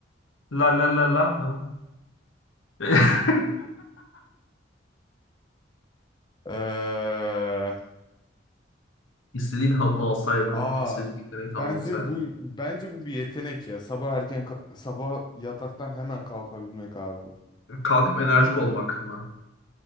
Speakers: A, on the left; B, on the left.
A: La la la la. ha. <laughs>
B: Ee,
A: İstediğin hapı alsaydın,
B: aa
A: istediğin yeteneği
B: bence
A: tamamlasaydın.
B: bu bence bu bir yetenek ya. Sabah erken ka- sabah yataktan hemen kalkabilmek abi.
A: Kalkıp enerjik olmak mı?